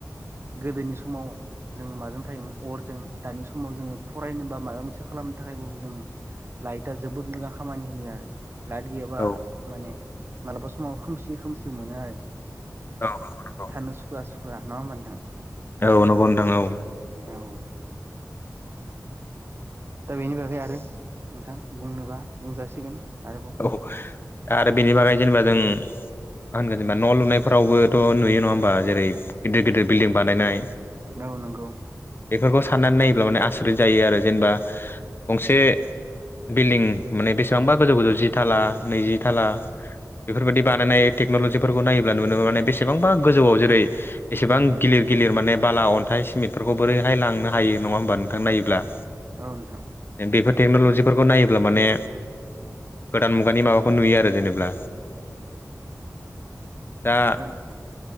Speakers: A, on the right (about 40°); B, on the left (about 35°).
A: गोदोनि समाव जोङ माजों थायोमोन अरजों दानि समाव जोङो फरायनोबा माबा मोनसे। खालामनो थाखायबो जोङो लाइटआ जोबोद मोजां खामानि होयो आरो लाइट गैयाब्ला
B: औ
A: माने मालाबा समाव खोमसि खोमसि मोनो आरो।
B: औ। नंगौ
A: थानो सुखवा सुखुवा नङा होमथां।
B: औ नंगौ नथां औ।
A: औ। दा बेनि बागै आरो नोंथां बुंनोबा बुंजासिगोन आरोबाव।
B: औ आरो बेनि बागै जेनेबा जों। मा होनगोन जेनेबा न' लुनायफोरावबोथ' नुयो नङा होमबा जेरै गिदिर गिदिर बिल्डिं बानायनाय
A: औ नंगौ
B: बेफोरखौ साननानै नायोब्ला माने आसरित जायो आरो जेनेबा गंसे। बिल्डिं माने बेसेबांबा गोजौ गोजौ जि थाला नैजि थाला।
A: उम
B: बेफोरबायाददि बानायनाय टेक्न'ल'जिफोरखौ नायोब्ला नुनो मोनो बेसेबांबा गोजौआव जेरै एसेबां
A: नंगौ नोंथां
B: गिलिर गिलिर माने बाला अन्थाइ सिमेटफोरखौ बोरैहाय लांनो हायो नङा होमबा नोंथां नायोब्ला।
A: औ नोंथां
B: बेफोर टेक्न'लजिफोरखौ नायोब्ला माने गोदान मुगानि माबाखौ नुयो आरो जेनेबा दा
A: नंगौ नोंथां